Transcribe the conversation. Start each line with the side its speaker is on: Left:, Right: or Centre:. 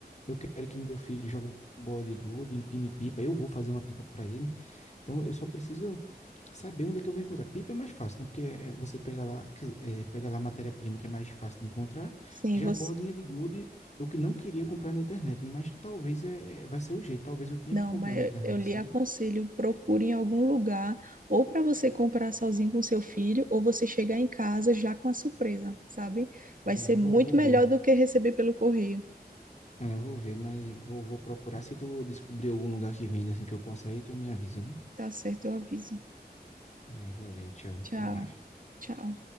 Left: Eu quero que meu filho jogue bola de gude, empine pipa. Eu vou fazer uma pipa para ele. Então, eu só preciso saber onde é que eu vou encontrar. Pipa é mais fácil, né? Porque é, é você pega lá, quer dizer, é, pega lá a matéria-prima que é mais fácil de encontrar.
Right: Sim,
Left: Já
Right: você.
Left: a bolinha de gude, eu que não queria comprar na internet, mas talvez é, é- vai ser o jeito. Talvez eu tenha
Right: Não,
Left: que comprar
Right: mas
Left: na internet,
Right: eu lhe
Left: sabe?
Right: aconselho, procure em algum lugar, ou para você comprar sozinho com seu filho, ou você chegar em casa já com a surpresa, sabe? Vai
Left: É,
Right: ser muito
Left: vou, vou
Right: melhor
Left: ver.
Right: do que receber pelo correio.
Left: É, vou ver, mas vou, vou procurar. Se tu descobrir algum lugar que venda assim que eu possa ir, tu me avisa, viu?
Right: Tá certo, eu aviso.
Left: Ai, valeu, tchau.
Right: Tchau,
Left: Até mais.
Right: tchau.